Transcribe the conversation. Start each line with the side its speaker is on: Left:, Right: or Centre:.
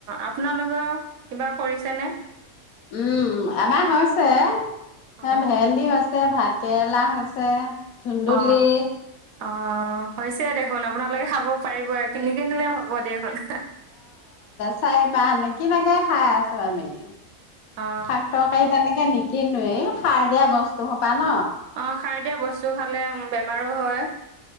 Right: আপোনালোকৰ। কিবা কৰিছেনে?
Left: উম আমাৰ হৈছে। এ
Right: অ
Left: ভেন্দি হৈছে ভাত। কেৰেলা আছে কুন্দুলি
Right: অ অ হৈছে দেখোন আপোনালোকে খাব পাৰিব কিনি কনিলে হ'ব দেখোন
Left: চাই মাহ নে কিনেকে খাই আছো আমি
Right: অ
Left: শাক তৰকাৰি তেনেকে নেকি কিন্তু এই খাই দিয়া বস্তু সোপা ন
Right: অ খাই দিয়া বস্তু খালে বে আৰু হয়